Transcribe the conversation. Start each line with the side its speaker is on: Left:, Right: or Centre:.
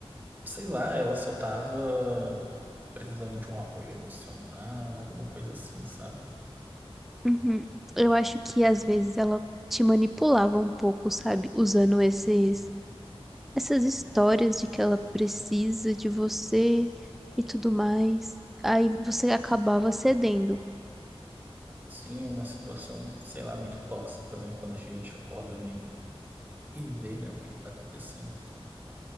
Right: sei lá, ela só tava precisando de um apoio emocional, alguma coisa assim, sabe?
Centre: uhum. Eu acho que às vezes ela te manipulava um pouco, sabe? Usando esses essas histórias de que ela precisa de você e tudo mais. Aí você acabava cedendo.
Right: Sim, é uma situação, sei lá, muito tóxica, né? Quando a gente acorda meio e vê, né, o que que tá acontecendo e tal.